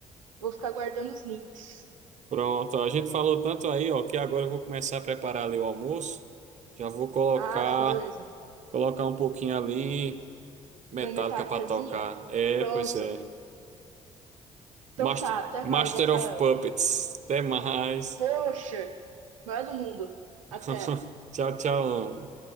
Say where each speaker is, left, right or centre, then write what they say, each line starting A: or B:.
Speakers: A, on the right; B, on the right.
A: Vou ficar guardando os links.
B: Pronto, a gente falou tanto aí, ó, que agora eu vou começar a preparar ali o almoço. Já vou colocar,
A: Ah, não, beleza.
B: colocar um pouquinho ali. Metallica
A: Uma metálicazinha?
B: pra tocar. É,
A: Pronto.
B: pois é.
A: Então
B: Master,
A: tá, até
B: Master
A: mais, Rafael.
B: of Puppets. Até mais.
A: Poxa, maior do mundo. Até.
B: <laughs> Tchau, tchau.